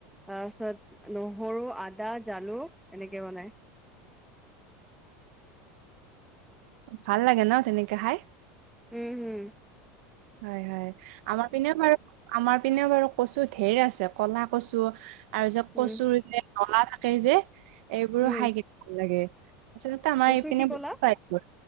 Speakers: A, in the centre; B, on the right.
A: তাৰপিছত নহৰু, আদা, জালুক এনেকে বনাই।
B: ভাল লাগে ন' তেনেকে খাই?
A: উমঁ' হুম।
B: হয় হয়, আমাৰ পিনেও বাৰু আমাৰ পিনেও বাৰু কচু ঢেৰ আছে, ক'লা কচু আৰু যে কচুৰ
A: উম
B: যে নলা থাকে যে এইবোৰো
A: উম
B: খাই কি ভাল লাগে। আচলতে আমাৰ
A: কচু
B: এইপিনে
A: কি ক'লা
B: বহুত পাই এইবোৰ,